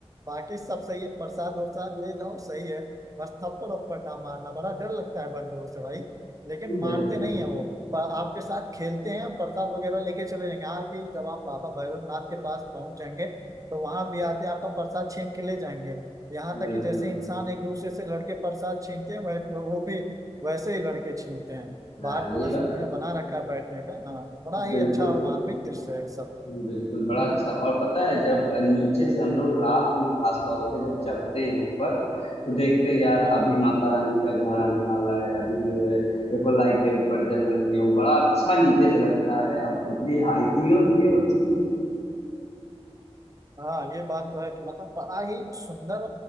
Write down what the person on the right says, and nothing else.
बाकी सब सही है प्रसाद वरसाद ले जाओ सही है बस थप्पड़ उप्पड़ ना मारना बड़ा डर लगता है बंदरों से भाई लेकिन मारते
नहीं है वो पर आपके साथ खेलते हैं प्रसाद वगैरह लेके चले जाएंगे हाँ कि जब आप बाबा भैरवनाथ के पास पहुंच जाएंगे तो वहां भी आते हैं आपका प्रसाद छीन के ले जाएंगे यहाँ
तक कि जैसे इंसान एक दूसरे से लड़के प्रसाद छीनते हैं वह वो भी वैसे ही लड़के छीनते हैं बाहर
थोड़ा
सा उन्होंने बना रखा है बैठने का हाँ तो बड़ा ही
अच्छा और मार्मिक दृश्य है ये सब
हम्म,
हाँ
हाँ ये बात तो है कि मतलब बड़ा ही सुंदर